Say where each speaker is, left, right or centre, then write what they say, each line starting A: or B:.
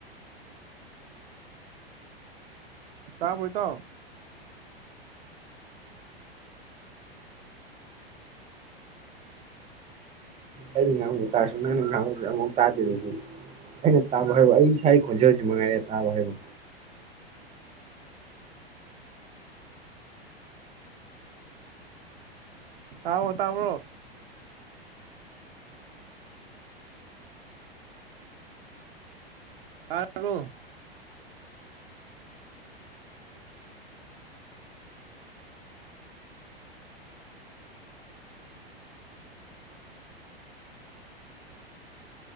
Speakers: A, on the right; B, on the right.
A: ꯇꯕꯔꯣ ꯏꯇꯥꯑ
B: ꯑꯩꯅ ꯉꯥꯡꯕ ꯇꯥꯔꯁꯨ ꯅꯪꯅ ꯉꯥꯡꯕꯗ ꯑꯃꯨꯛ ꯇꯥꯗ꯭ꯔꯤꯕꯁꯤ ꯑꯩꯅ ꯇꯥꯕ ꯍꯥꯏꯕ ꯑꯩ ꯏꯁꯥꯒꯤ ꯈꯣꯟꯖꯦꯜꯁꯤ ꯃꯉꯥꯏꯔꯦ ꯇꯥꯕ ꯍꯥꯏꯕ
A: ꯇꯕꯣ ꯇꯥꯕ꯭ꯔꯣ ꯇꯔꯕꯣ